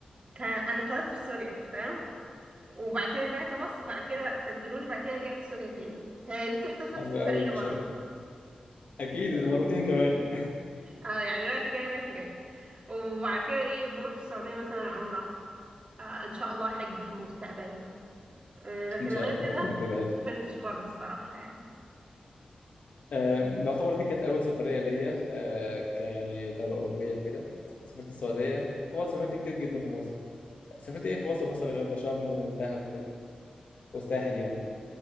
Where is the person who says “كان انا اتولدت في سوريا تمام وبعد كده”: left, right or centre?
Right